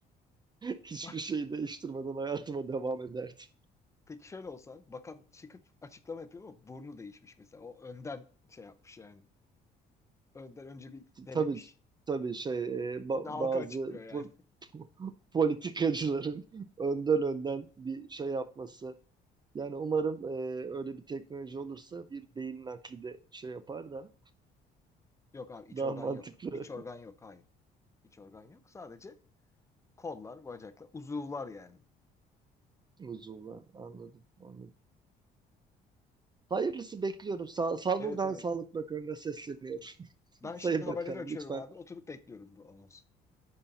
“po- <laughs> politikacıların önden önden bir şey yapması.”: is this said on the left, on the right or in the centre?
Right